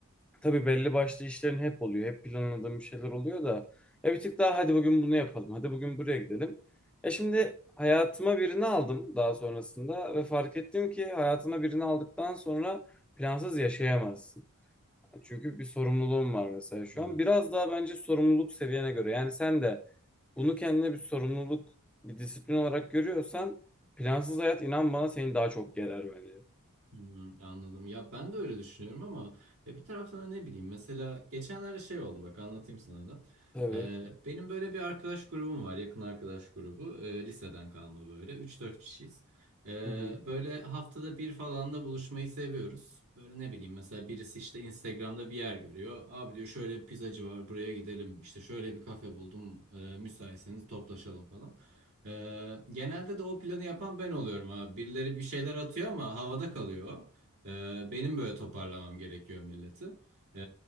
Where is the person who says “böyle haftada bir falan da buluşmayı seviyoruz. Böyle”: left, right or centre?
Right